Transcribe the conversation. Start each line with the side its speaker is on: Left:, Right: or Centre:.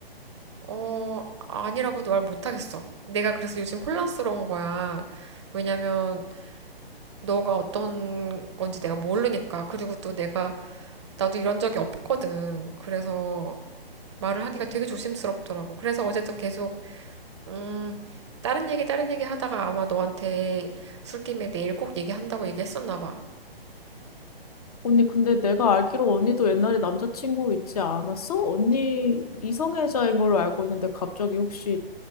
Right: 어, 아니라고도 말 못하겠어. 내가 그래서 요즘 혼란스러운 거야. 왜냐면, 너가 어떤 건지 내가 모르니까. 그리고 또 내가, 나도 이런 적이 없거든. 그래서 말을 하기가 되게 조심스럽더라고. 그래서 어제도 계속 음, 다른 얘기, 다른 얘기 하다가 아마 너한테 술김에 내일 꼭 얘기한다고 얘기했었나 봐.
Left: 언니, 근데 내가 알기로 언니도 옛날에 남자친구 있지 않았어? 언니 이성애자인 걸로 알고 있는데, 갑자기 혹시